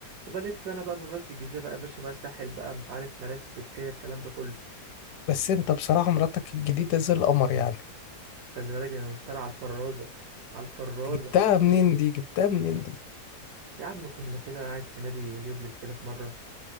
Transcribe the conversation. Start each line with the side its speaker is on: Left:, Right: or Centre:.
Right: وبلف انا بقى بمراتي الجديده بقى يا باشا بقى ساحل بقى مش عارف مراسي تركيا الكلام ده كله
Left: بس انت بصراحة مراتك الجديدة زي القمر يعني
Right: خلي بالك ده انا مختار على الفرازه على الفرازه
Left: جبتها منين دي جبتها منين دي
Right: يا عم كنا كده قاعد في نادي اليوبليس كده في مره